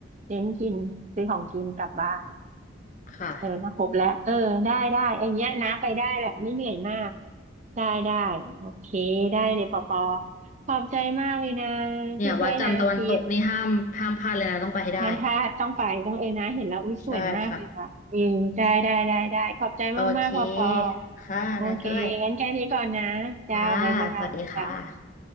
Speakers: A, on the right; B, on the left.
A: เน้นกินซื้อของกินกลับบ้าน
B: ค่ะ
A: เออถ้าครบแล้วเออได้ได้ไอ้เนี้ยนะไปได้แหละไม่เหนื่อยมากได้ได้โอเคได้เลยปอปอขอบใจมากเลยนะ
B: เนี่ยวัดจันทร์ตะวันตกนี่ห้ามห้ามพลาดเลยนะต้องไปให้ได้
A: ที่ช่วยนะคิดน้ำท่าต้องไปต้องเออนะเห็นแล้วอุ้ยสวยมากเลยว่ะอืมได้ได้ได้ได้ขอบใจมากมากปอปอ
B: ใช่ค่ะโอเคค่ะนาก้อย
A: โอเคงั้นแค่นี้ก่อนนะจ้าบ๊ายบายจ้า
B: ค่ะสวัสดีค่ะ